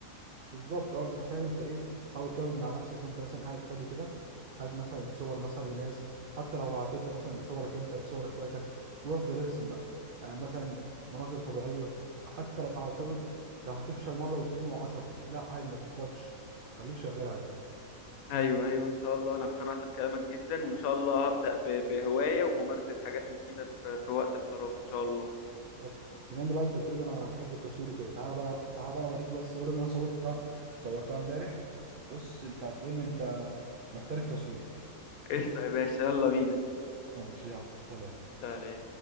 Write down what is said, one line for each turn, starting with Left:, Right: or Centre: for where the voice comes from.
Right: بالظبط اه انت فاهم انت ايه حاول كده مع نفسك وانت مثلا قاعد فاضي كده هات مثلا صور مثلا لناس حتى لو هتبدا مثلا بصورك انت بصور اخواتك وافضل ارسم بقى يعني مثلا مناظر طبيعيه حتى لو هتقعد لو هتفشل مره واتنين وعشرة لا عادي ما تحبطش خليك شغال عادي
Left: ايوه ايوه ان شاء الله انا اقتنعت بكلامك جدا وان شاء الله هبدأ ب... بهواية وممارسة حاجات مفيدة في... في وقت الفراغ ان شاء الله
Right: طب، بما ان بقى انت بتقول انا بحب التصوير كده تعالى بقى تعالى بقى اوريك بقى الصور اللي انا صورتها صورتها امبارح بص انت هتقول لي انت محترف تصوير
Left: قشطة يا باشا يلا بينا
Right: ماشي يلا سلام
Left: سلام